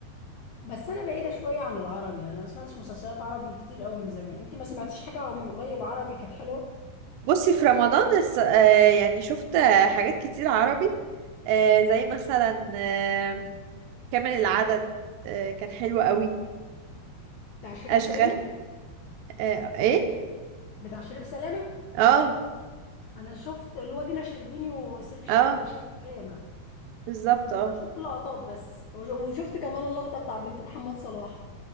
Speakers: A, on the left (about 75°); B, on the right (about 75°).
A: بس انا بعيده شويه عن العربي يعني انا ما سمعتش مسلسلات عربي كتير قوي من زمان انت ما سمعتيش حاجه من قريب عربي كانت حلوه
B: بصي في رمضان الس... آه يعني شفت آه، حاجات كتير عربي آه زي مثلا آه، كامل العدد آه، كان حلو قوي
A: بتاع شريف
B: اشغال
A: سلامه
B: آه، ايه
A: بتاع شريف سلامه
B: اه
A: انا شفت اللي هو دينا الشربيني وشريف ش...
B: اه
A: وشريف سلامه
B: بالظبط
A: كنت
B: اه
A: بشوف لقطات بس وش- وشفت كمان اللقطه بتاع بنت محمد صلاح